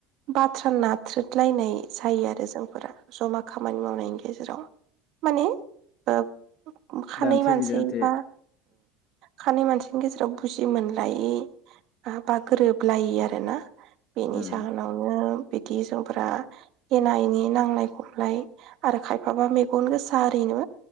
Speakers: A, on the right; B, on the left.
A: बाथ्रा नाथ्रोदलायनाय जायो आरो जोंफोरा जमा खामानि मावनायनि गेजेराव माने ओ खानै
B: दान्थे
A: मानसै
B: बिदान्थे
A: बा खानै मानसैनि गेजेराव बुजि मोनलायि बा गोरोब लायि आरो ना । बेनि
B: उम
A: जाहोनावनो बिदि जोंफ्रा एना एनि नांलाय खमलाय आरो खायफाबा मेगन गोसा ओरैनो